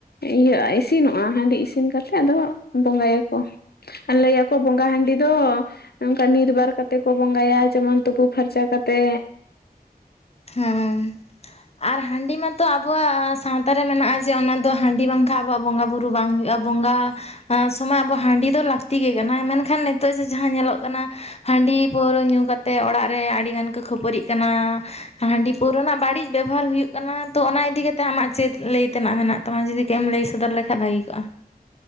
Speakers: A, on the left; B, on the left.
A: ᱤᱭᱟᱹ-ᱟ ᱤᱥᱤᱱᱚᱜᱼᱟ᱾ ᱦᱟᱺᱰᱤ ᱤᱥᱤᱱ ᱠᱟᱛᱮ ᱟᱫᱚ ᱵᱚᱸᱜᱟᱭᱟ ᱠᱚ᱾ ᱟᱨ ᱞᱟᱹᱭᱟᱠᱚ ᱵᱚᱸᱜᱟ ᱦᱟᱺᱰᱤ ᱫᱚ ᱚᱝᱠᱟ ᱱᱤᱨᱵᱟᱨ ᱠᱟᱛᱮ ᱠᱚ ᱵᱚᱸᱜᱟᱭᱟ ᱡᱮᱢᱚᱱ ᱛᱩᱯᱩ ᱯᱷᱟᱨᱪᱟ ᱠᱟᱛᱮ᱾
B: ᱦᱳᱭ ᱟᱨ ᱦᱟᱺᱰᱤ ᱢᱟᱛ ᱛᱚ ᱟᱵᱚᱣᱟᱜ ᱥᱟᱶᱛᱟ ᱨᱮ ᱢᱮᱱᱟᱜᱼᱟ ᱡᱮ ᱚᱱᱟᱫᱚ ᱦᱟᱺᱰᱤ ᱵᱟᱝᱠᱷᱟᱱ ᱟᱵᱚᱣᱟᱜ ᱵᱚᱸᱜᱟ ᱵᱩᱨᱩ ᱵᱟᱝ ᱦᱩᱭᱩᱜᱼᱟ᱾ ᱵᱚᱸᱜᱟ ᱟ ᱥᱚᱢᱚᱭ ᱟᱵᱚ ᱦᱟᱺᱰᱤ ᱫᱚ ᱞᱟᱹᱠᱛᱤ ᱜᱮ ᱠᱟᱱᱟ ᱢᱮᱱᱠᱷᱟᱱ ᱱᱤᱛᱚᱜ ᱡᱮ ᱡᱟᱦᱟᱸ ᱧᱮᱞᱚᱜ ᱠᱟᱱᱟ᱾ ᱦᱟᱺᱰᱤ ᱯᱟᱹᱣᱨᱟᱹ ᱧᱩ ᱠᱟᱛᱮ ᱚᱲᱟᱜ ᱨᱮ ᱟᱹᱰᱤᱜᱟᱱ ᱠᱚ ᱠᱷᱟᱹᱯᱟᱹᱨᱤᱜ ᱠᱟᱱᱟ᱾ ᱦᱟᱺᱰᱤ ᱯᱟᱹᱣᱨᱟᱹ ᱨᱮᱱᱟᱜ ᱵᱟᱹᱲᱤᱡ ᱵᱮᱵᱚᱦᱟᱨ ᱦᱩᱭᱩᱜ ᱠᱟᱱᱟ ᱛᱚ ᱚᱱᱟ ᱤᱫᱤ ᱠᱟᱛᱮ ᱟᱢᱟᱜ ᱪᱮᱫ ᱞᱟᱹᱭ ᱛᱮᱱᱟᱜ ᱢᱮᱱᱟᱜ ᱛᱟᱢᱟ? ᱛᱟᱢᱟ ᱡᱩᱫᱤ ᱠᱟᱹᱡ ᱮᱢ ᱞᱟᱹᱭ ᱥᱚᱫᱚᱨ ᱞᱮᱠᱷᱟᱱ ᱵᱷᱟᱹᱜᱤ ᱠᱚᱜᱼᱟ᱾